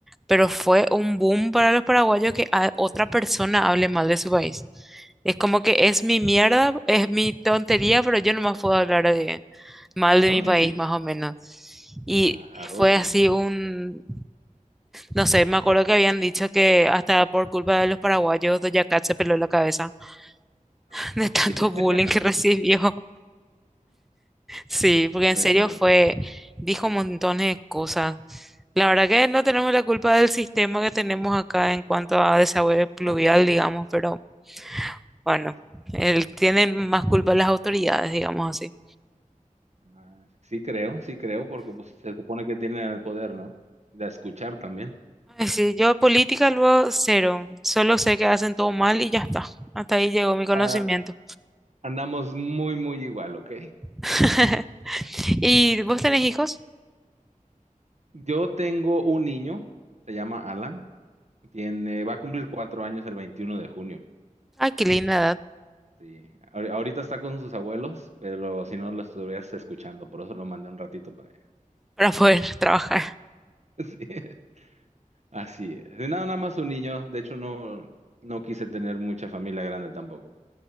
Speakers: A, in the centre; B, on the right.
A: Pero fue un boom para los paraguayos que a- otra persona hable mal de su país. Es como
B: Pues
A: que
B: sí.
A: es mi mierda, es mi tontería, pero yo nomás puedo hablar de- mal
B: No,
A: de mi
B: sí,
A: país,
B: sí.
A: más o menos. Y
B: Claro,
A: fue
B: claro.
A: así un... No sé, me acuerdo que habían dicho que hasta por culpa de los paraguayos, Doja Cat se peló la cabeza <laughs>
B: <laughs>
A: de tanto bullying que recibió. <laughs> Sí, porque
B: Bueno,
A: en serio fue, dijo montones de cosas. La verdad que no tenemos la culpa del sistema que tenemos acá en cuanto a desagüe pluvial,
B: no.
A: digamos, pero bueno,
B: Sí, sí, sí.
A: él, tienen más culpa las autoridades, digamos así.
B: Ah, sí creo, sí creo, porque pues se supone que tienen el poder, ¿no? De escuchar también.
A: Ay, Sí, yo política luego cero, solo sé que hacen todo mal y ya está. Hasta ahí llegó mi conocimiento.
B: Ah, andamos muy, muy igual, ¿ok?
A: <laughs> ¿Y vos tenés hijos?
B: Yo tengo un niño, se llama Alan, tiene, va a cumplir cuatro años el 21 de junio.
A: Ay, qué linda edad.
B: Sí, ahori- ahorita está con sus abuelos, pero si no lo estuvieras escuchando, por eso lo mandé un ratito para allá.
A: para poder <laughs> trabajar,
B: <laughs> Sí, así es. Y Nada, nada más un niño, de hecho no, no quise tener mucha familia grande tampoco.